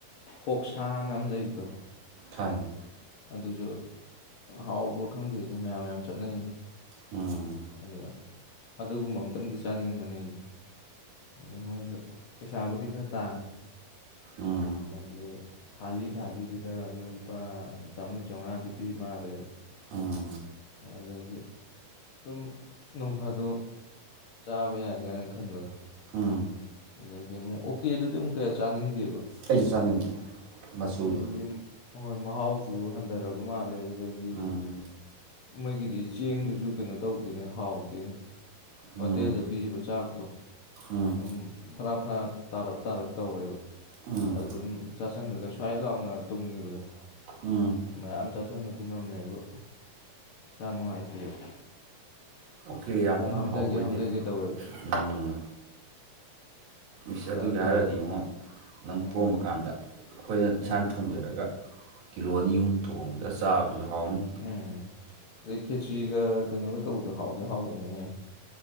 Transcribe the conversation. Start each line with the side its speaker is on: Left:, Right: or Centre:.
Left: ꯍꯣꯛꯁꯥꯅ ꯑꯃ ꯂꯩꯕꯗꯣ
Right: ꯈꯪꯏ
Left: ꯑꯗꯨꯖꯨ ꯍꯥꯎꯕ꯭ꯔꯥ ꯈꯪꯗꯦꯗꯥ ꯃꯌꯥꯝ ꯌꯥꯝ ꯆꯠꯅꯩꯅꯦ
Right: ꯎꯝ
Left: ꯑꯗꯨꯗ ꯑꯗꯨꯒꯨꯝꯕ ꯑꯝꯇꯪꯗꯤ ꯆꯥꯅꯤꯡꯕꯅꯦ ꯑꯩꯁꯨ ꯑꯗꯣ ꯃꯣꯏꯒ ꯄꯩꯁꯥꯕꯨꯗꯤ ꯈꯔ ꯇꯥꯡꯉꯤ
Right: ꯎꯝ
Left: ꯍꯥꯏꯗꯤ ꯊꯥꯜꯂꯤ ꯊꯥꯜꯂꯤꯗꯨꯗ ꯃꯣꯏ ꯂꯨꯄꯥ ꯆꯥꯝꯔꯤ ꯆꯧꯉꯥꯗꯤ ꯄꯤ ꯃꯥꯜꯂꯦꯕ
Right: ꯎꯝ
Left: ꯑꯗꯨꯗꯒꯤ ꯑꯗꯨꯝ ꯅꯣꯡꯐꯥꯗꯣꯛ ꯆꯥꯕ ꯌꯥꯏ ꯀꯥꯏꯅ ꯈꯟꯕꯗꯣ
Right: ꯎꯝ
Left: ꯑꯗꯩꯗꯤ ꯑꯃꯨꯛ ꯑꯣꯀꯦꯗꯨꯗꯤ ꯑꯃꯨꯛ ꯀꯌꯥ ꯆꯥꯅꯤꯡꯗꯦꯕ
Right: ꯑꯩꯁꯨ ꯆꯥꯅꯤꯡꯗꯦ ꯃꯆꯨꯗꯣ
Left: ꯑꯣꯀꯦꯁꯤ ꯍꯣꯏ ꯃꯍꯥꯎꯁꯨ ꯍꯟꯊꯔꯕ ꯃꯥꯜꯂꯦ ꯑꯗꯨꯗꯒꯤ
Right: ꯎꯝ
Left: ꯃꯣꯏꯒꯤꯗꯤ ꯆꯦꯡꯗꯨꯁꯨ ꯀꯩꯅꯣ ꯇꯧꯗꯦꯅꯦ ꯍꯥꯎꯇꯦꯅꯦ
Right: ꯎꯝ
Left: ꯍꯣꯇꯦꯜꯗ ꯄꯤꯔꯤꯕ ꯆꯥꯛꯇꯣ
Right: ꯎꯝ
Left: ꯑꯗꯨꯝ ꯐꯔꯥ ꯐꯔꯥ ꯇꯥꯔꯞ ꯇꯥꯔꯞ ꯇꯧꯋꯦꯕ
Right: ꯎꯝ
Left: ꯑꯗꯨꯝ ꯆ ꯁꯪꯒꯒ ꯁ꯭ꯋꯥꯏ ꯂꯥꯎꯅ ꯇꯨꯝꯈꯤꯕꯗꯣ
Right: ꯎꯝ
Left: ꯃꯌꯥꯝ ꯆꯥꯥꯁꯟꯕꯗꯤ ꯉꯝꯃꯦꯕꯨ ꯏꯁꯥ ꯅꯨꯡꯉꯥꯏꯇꯦꯕ
Right: ꯑꯣꯀꯦ ꯌꯥꯝ
Left: ꯈꯣꯡ
Right: ꯀꯟꯅ
Left: ꯍꯥꯝꯊꯒꯦ
Right: ꯍꯥꯎꯕ ꯑꯣꯏꯗꯦ
Left: ꯍꯥꯝꯊꯒꯦ ꯇꯧꯋꯦꯕ
Right: ꯎꯝ ꯏꯁ
Left: ꯑꯗꯨꯃꯥꯏꯅ
Right: ꯑꯗꯨꯒꯤ
Left: ꯇꯧꯋꯦ
Right: ꯍꯥꯏꯔꯣꯗꯤ ꯏꯉꯣ ꯅꯪ
Left: ꯎꯝ
Right: ꯄꯣꯝꯕ ꯀꯥꯟꯗ ꯑꯩꯈꯣꯏꯅ ꯏꯁꯥꯅ
Left: ꯎꯝ
Right: ꯊꯣꯡꯖꯔꯒ ꯀꯤꯂꯣ ꯑꯅꯤ ꯑꯍꯨꯝ ꯊꯣꯡꯉꯒ ꯆꯥꯕꯗꯨꯖꯨ ꯍꯥꯎꯅꯤ
Left: ꯎꯝ ꯑꯗꯩ ꯈꯦꯆꯤꯒ ꯀꯩꯅꯣꯒ ꯇꯧꯕꯗꯣ ꯍꯥꯎꯗꯤ ꯍꯥꯎꯕꯅꯦꯍꯦ